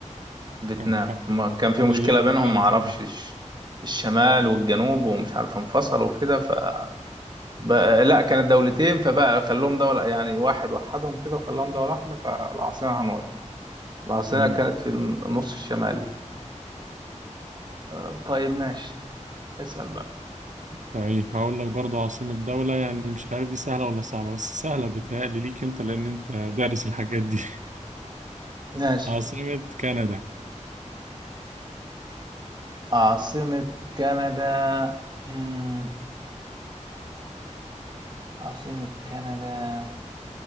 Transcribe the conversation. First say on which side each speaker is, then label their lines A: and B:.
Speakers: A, on the right (about 35°); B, on the right (about 75°).
A: فيتنام
B: الحمد
A: هما
B: لله
A: كان في
B: الحمد
A: مشكلة
B: لله ربنا
A: بينهم معرفش
B: نزلنا
A: الش- الشمال والجنوب ومش عارف انفصلوا وكده ف بقى لا كانت دولتين فبقى خلوهم دولة يعني واحد وحدهم كده وخلاهم دولة واحدة فالعاصمة هانوي العاصمة
B: مم.
A: كانت في النص الشمالي آه، طيب ماشي اسأل بقى
B: طيب هقول لك برضه عاصمة دولة يعني مش عارف دي سهلة ولا صعبة بس سهلة بتهيألي ليك انت لأن انت دارس الحاجات دي
A: ماشي
B: <laughs> عاصمة كندا
A: عاصمة كندا مم. عاصمة كندا